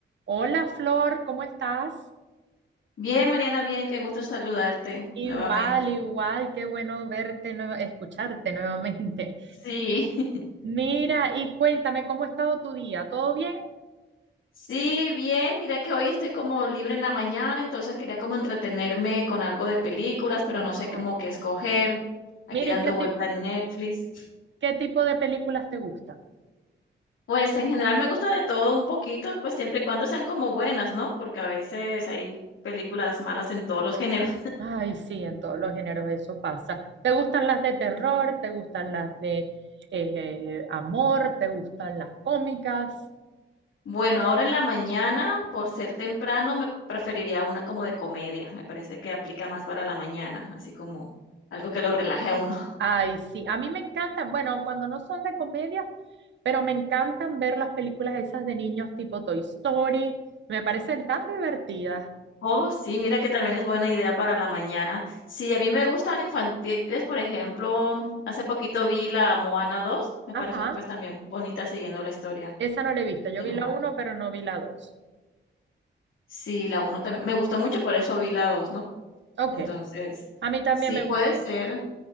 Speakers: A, on the right (about 65°); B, on the left (about 85°).
A: Hola Flor, ¿cómo estás?
B: Bien, Mariana, bien, qué gusto saludarte
A: Igual,
B: nuevamente.
A: igual, qué bueno verte, nueva- escucharte nuevamente.
B: Sí, <laughs>
A: Mira, y cuéntame, ¿cómo ha estado tu día? ¿Todo bien?
B: sí, bien, mira que hoy estoy como libre en la mañana, entonces quería como entretenerme con algo de películas, pero no
A: Ah,
B: sé cómo qué escoger, aquí
A: Mira,
B: dando
A: ¿y qué tipo,
B: vuelta en Netflix.
A: qué tipo de películas te gustan?
B: Pues en general me gusta de todo un poquito, pues siempre y cuando sean como buenas, ¿no? Porque a veces hay películas malas en todos los géneros.
A: Ay, sí, en todos los géneros eso pasa. ¿Te gustan las de terror? ¿Te gustan las de eh, amor? ¿Te gustan las cómicas?
B: Bueno, ahora en la mañana, por ser temprano, me preferiría una como de comedia. Me parece que aplica más para la mañana, así como algo que lo relaje a uno. <laughs>
A: Ay, sí, a mí me encantan, bueno, cuando no son de comedia, pero me encantan ver las películas esas de niños tipo Toy Story, me parecen tan divertidas.
B: Oh, sí, mira que también es buena idea para la mañana. Sí, a mí me gustan infantiles, por ejemplo, hace poquito vi la Moana dos, me
A: Ajá,
B: pareció pues también bonita siguiendo la historia
A: esa no la he visto, yo
B: de
A: vi
B: la Moana.
A: la uno, pero no vi la dos.
B: Sí, la uno también, me gustó mucho, por eso vi la 2, ¿no?
A: Ok,
B: Entonces,
A: a mí también
B: sí
A: me
B: puede
A: gusta.
B: ser